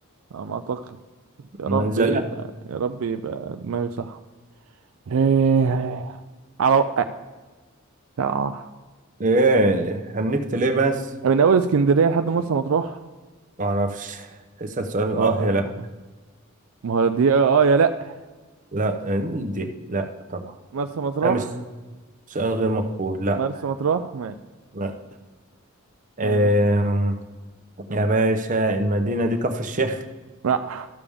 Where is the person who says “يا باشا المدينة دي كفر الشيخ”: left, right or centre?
Right